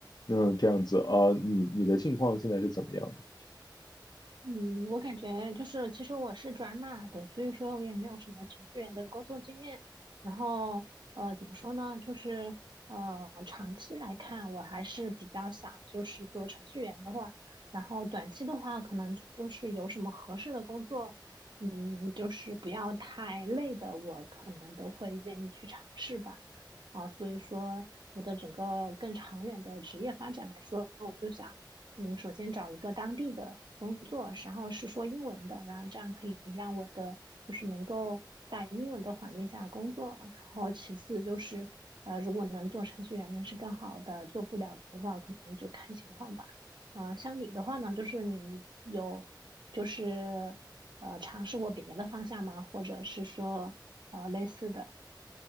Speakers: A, on the left; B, on the right.
A: 那这样子啊，你你的境况现在是怎么样的？
B: 嗯，我感觉就是，其实我是转码的，所以说我也没有什么程序员的工作经验。然后，呃，怎么说呢？就是，呃，长期来看，我还是比较想就是做程序员的话，然后短期的话，可能就是有什么合适的工作，嗯，就是不要太累的，我可能都会愿意去尝试吧。啊，所以说我的整个更长远的职业发展来说，我就想。嗯，首先找一个当地的工作，然后是说英文的，然后这样可以让我的就是能够在英文的环境下工作。然后其次就是，呃，如果能做程序员，那是更好的；做不了的话，可能就看情况吧。呃，像你的话呢，就是你有就是呃尝试过别的方向吗？或者是说呃类似的？